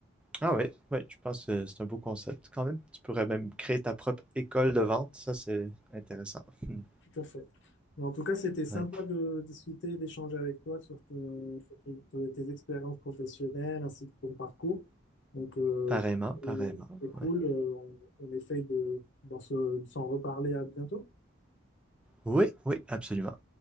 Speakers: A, in the centre; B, on the left.
A: Ah oui, oui, je pense que c'est un beau concept quand même. Tu pourrais même créer ta propre école de vente, ça c'est intéressant. <laughs>
B: Tout à fait. Mais En tout cas, c'était sympa
A: Mm. Ouais.
B: de discuter, d'échanger avec toi sur, ton- sur tes, tes- tes expériences professionnelles ainsi que ton parcours. Donc, euh,
A: Pareillement,
B: c'est
A: pareillement,
B: c'est cool.
A: ouais.
B: Euh, On, on essaye de, d'en se- de s'en reparler à bientôt.
A: Oui, oui, absolument.